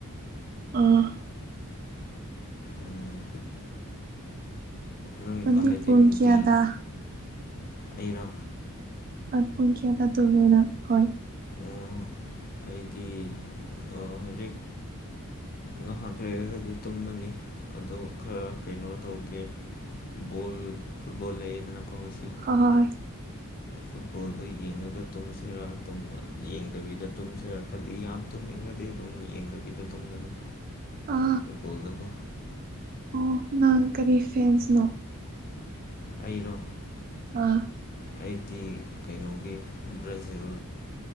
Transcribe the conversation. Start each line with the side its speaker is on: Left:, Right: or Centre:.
Right: ꯑ
Left: ꯎꯝ ꯅꯪ
Right: ꯅꯪꯗꯤ
Left: ꯍꯥꯏꯗꯤ
Right: ꯄꯨꯡ
Left: ꯅꯨꯡꯇꯤ
Right: ꯀꯌꯥꯗ
Left: ꯑꯩꯔꯥ
Right: ꯑ ꯄꯨꯡ ꯀꯌꯥꯗ ꯇꯨꯝꯅꯤ ꯅꯈꯣꯏ
Left: ꯑꯣ ꯑꯩꯗꯤ ꯑ ꯍꯧꯖꯤꯛ ꯉꯥꯏꯍꯥꯛ ꯂꯩꯔꯒꯗꯤ ꯇꯨꯝꯃꯅꯤ ꯑꯗꯣ ꯈꯔ ꯀꯩꯅꯣ ꯇꯧꯒꯦ ꯕꯣꯜ ꯐꯨꯠꯕꯣꯜ ꯂꯩꯌꯦꯗꯅ ꯀꯣ ꯉꯁꯤ
Right: ꯑꯍꯣꯏ
Left: ꯐꯨꯠꯕꯣꯜꯗꯣ ꯌꯦꯡꯉꯒ ꯇꯨꯝꯁꯤꯔ ꯇꯧꯕ ꯌꯦꯡꯗꯕꯤꯗ ꯇꯨꯝꯁꯤꯔꯥ ꯈꯜꯂꯤ ꯌꯥꯝ ꯇꯨꯝꯅꯤꯡꯉꯗꯤ ꯑꯗꯨꯝ ꯌꯦꯡꯗꯕꯤ ꯜꯗꯕꯤꯗ ꯇꯨꯝꯒꯅꯤ
Right: ꯑ ꯑ
Left: ꯐꯨꯠꯕꯣꯜꯗꯨꯀꯣ
Right: ꯑꯣ ꯅꯪ ꯀꯔꯤ ꯐꯦꯟꯁꯅꯣ
Left: ꯑꯩꯔꯣ
Right: ꯑ
Left: ꯑꯩꯗꯤ ꯀꯩꯅꯣꯒꯤ ꯕ꯭ꯔꯥꯖꯤꯜ